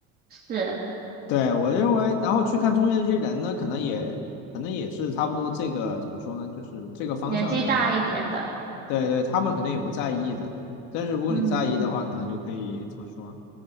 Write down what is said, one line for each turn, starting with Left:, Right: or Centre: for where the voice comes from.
Right: 是
Left: 对，我认为，然后去看中介这些人呢，可能也可能也是差不多这个怎么说呢，就是这个方向的人吧。
Right: 年纪大一点的，
Left: 对对，他们可能也不在意的，对。但是如果你在意的话，
Right: 嗯，
Left: 可能就可以怎么说？